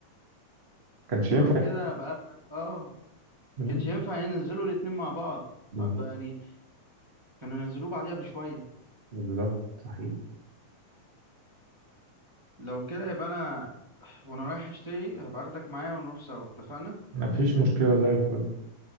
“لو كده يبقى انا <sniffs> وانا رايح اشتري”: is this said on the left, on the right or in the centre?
Right